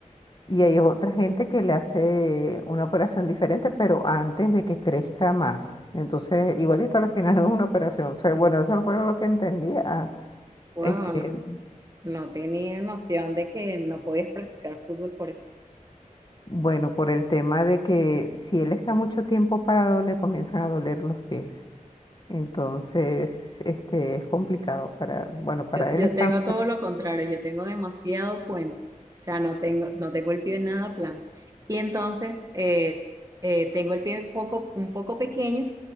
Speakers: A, on the left; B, on the right.
A: y hay otra gente que le hace una operación diferente, pero antes de que crezca más. Entonces, igualito al final es una operación. O sea, bueno, eso fue lo que entendía. Ah,
B: Wow,
A: Este,
B: No tenía noción de que no podías practicar fútbol por eso.
A: bueno, por el tema de que si él está mucho tiempo parado, le comienzan a doler los pies. Entonces, este es complicado para, bueno, para
B: Yo, yo
A: él está
B: tengo
A: mucho-
B: todo lo contrario, yo tengo demasiado puente, o sea, no tengo, no tengo el pie nada plano. Y entonces eh, eh, tengo el pie poco, un poco pequeño